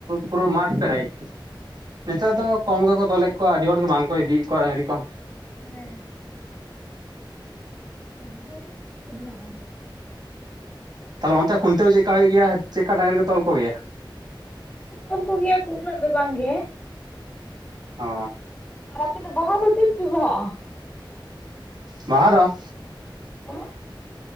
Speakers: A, on the right; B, on the left.
A: ᱯᱩᱨᱟᱹ ᱢᱟᱴ ᱯᱮᱨᱮᱡ। ᱱᱮᱛᱟᱨ ᱫᱚ ᱠᱚᱢ ᱜᱮᱠᱚ ᱛᱚᱞᱮᱜ ᱠᱚᱣᱟ ᱟᱹᱰᱤ ᱦᱚᱲ ᱜᱮ ᱵᱟᱝᱠᱚ ᱤᱫᱤᱭᱮᱜ ᱠᱚᱣᱟ ᱰᱟᱹᱝᱨᱤ ᱠᱚ।
B: ᱦᱮᱸ <unintelligible>
A: ᱛᱟᱦᱚᱞᱮ ᱚᱱᱛᱮ ᱠᱷᱩᱱᱴᱟᱹᱣ ᱪᱮᱜ ᱠᱟ ᱦᱩᱭᱩᱜ ᱜᱮᱭᱟ ᱪᱮᱜ ᱠᱟ ᱰᱟᱝᱨᱤ ᱠᱚ ᱛᱚᱞ ᱠᱚᱜᱮᱭᱟ?
B: ᱛᱚᱞ ᱠᱚᱜᱮᱭᱟ ᱠᱚ ᱩᱱᱟᱹᱜ ᱫᱚ ᱵᱟᱝᱜᱮ।
A: ᱚ
B: ᱟᱯᱮ ᱫᱚ ᱵᱟᱦᱟ ᱛᱤᱥ ᱯᱮ ᱵᱟᱦᱟᱜᱼᱟ?
A: ᱵᱟᱦᱟ ᱫᱚ
B: ᱦᱮᱸ